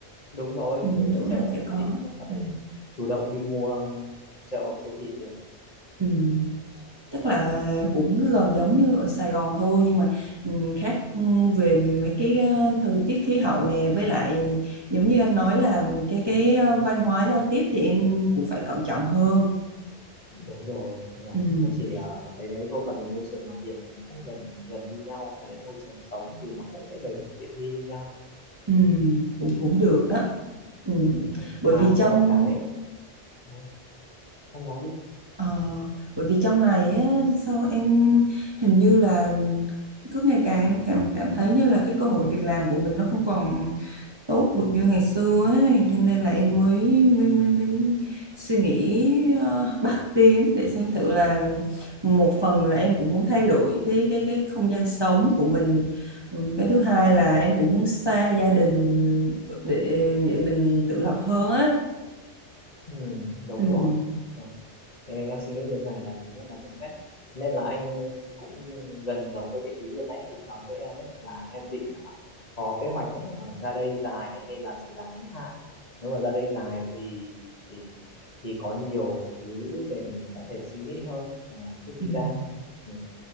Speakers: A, on the left; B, on the right.
A: đúng rồi
B: Ừm,
A: đều có
B: chỗ
A: chợ
B: nào
A: và
B: chả
A: siêu
B: có
A: thị em có
B: Ừm.
A: thể chủ động đi mua chợ hoặc siêu thị được
B: Ừm. chắc là cũng gần giống như ở Sài Gòn thôi nhưng mà ừm, khác ừm, về mấy cái ờ, thời tiết khí hậu nè với lại giống như anh nói là cái cái ờ, văn hóa giao tiếp thì em cũng phải cẩn trọng hơn
A: đúng rồi đúng rồi
B: Ừm,
A: nó chỉ ờ, cái đấy thôi còn thì môi trường làm việc thì nó cũng gần gần như nhau và lại môi trường sống thì nó cũng sẽ đầy đủ tiện nghi như nhau
B: ừm, cũng cũng được đó Ừm,
A: ừ.
B: bởi
A: à
B: vì trong
A: có một cái Ồ, em nói đi
B: ờ, bởi vì trong này á, sao em hình như là cứ ngày càng em cảm cảm thấy như là cái cơ hội việc làm của mình nó không còn tốt được như ngày xưa ấy cho nên là em mới mới mới mới suy nghĩ ờ, bắt tiếng để xem thử là một phần là em cũng muốn thay đổi cái cái cái không gian sống của mình Ừm, cái thứ hai là em cũng muốn xa gia đình để để mình tự lập hơn á
A: ừ, đúng
B: Ừm,
A: rồi Ờ. Ê, em suy nghĩ như thế này là rất là đúng đấy nên là anh cũng gần giống với cái ý ban nãy anh định nói với em ấy là em định hả, có kế hoạch ờ, ra đây dài hay là chỉ là ngắn hạn nếu mà ra đây dài thì thì thì có nhiều thứ để mình có thể suy nghĩ hơn ờ, trước khi
B: ừm.
A: ra ừ,